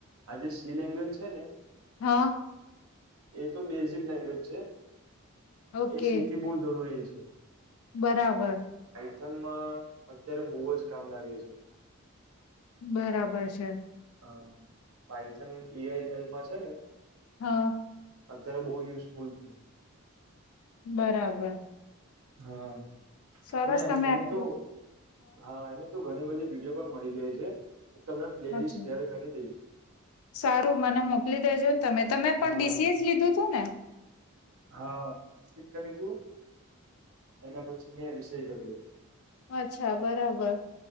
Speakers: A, on the right; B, on the left.
A: આજે સી લેંગવેજ છે, ને
B: હા
A: એ તો બેઝિક લેંગવેજ છે,
B: ઓકે
A: એ શીખવી બહુ જરૂરી છે.
B: બરાબર
A: પાઈથનમાં અત્યારે બહુ જ કામ લાગે છે.
B: બરાબર છે.
A: હા, પાઈથન એ ઈ માં છે, ને
B: હા
A: અત્યારે બહુ યુઝફુલ છે.
B: બરાબર
A: હા,
B: સરસ
A: અને
B: તમે
A: એની
B: આટલું
A: તો હા એનું તો ઘણી બધી વિડીયો પણ મળી જાય છે. હું તમને પ્લે
B: અચ્છા
A: લિસ્ટ શેર કરી દઈશ
B: સારું મને મોકલી દેજો ને તમે તમે પણ
A: હા
B: બીસીએ જ લીધું હતું ને
A: હા મે કર્ય. તું એના પછી, મેં વિષય કર્યું હતું
B: અચ્છા, બરાબર